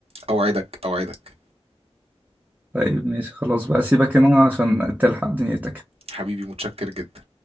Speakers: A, on the right; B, on the right.
A: أوعدك أوعدك
B: طيب ماشي خلاص بقى سيبك هنا عشان تلحق دنيتك
A: حبيبي متشكر جدا